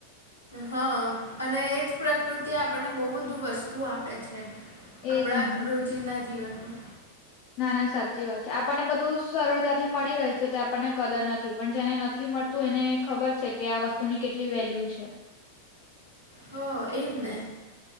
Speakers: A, on the left; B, on the left.
A: હા અને એજ પ્રકૃતિ આપણને બહુ બધું વસ્તુ આપે છે.
B: એજ
A: આપણા
B: ને
A: રોજિંદા જીવનમા
B: ના ના સાચી વાત છે આપણને બધું સરળતાથી મળી રહે છે એટલે આપણને કદર નથી. પણ જેને નથી મળતું એને ખબર છે કે આ વસ્તુ ની કેટલી વેલ્યુ છે.
A: હ એજ ને